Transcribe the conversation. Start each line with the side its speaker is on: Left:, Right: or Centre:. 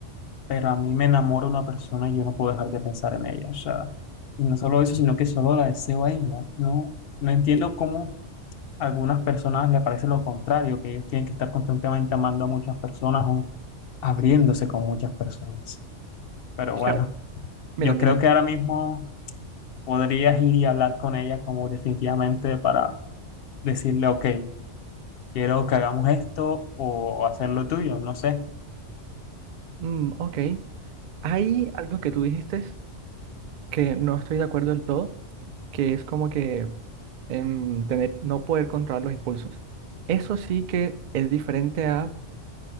Left: pero a mí me enamora una persona y yo no puedo dejar de pensar en ella. O sea, y no solo eso, sino que solo la deseo a ella. No, no entiendo cómo a algunas personas le parece lo contrario, que ellos tienen que estar constantemente amando a muchas personas o abriéndose con muchas personas. Pero
Right: es
Left: bueno,
Right: que, a ver, mira,
Left: yo
Right: mira,
Left: creo que ahora mismo podrías ir y hablar con ella como definitivamente para decirle, ok, quiero que hagamos esto o hacer lo tuyo, no sé.
Right: mm, ok, hay algo que tú dijiste que no estoy de acuerdo del todo, que es como que em, tener, no poder controlar los impulsos. Eso sí que es diferente a,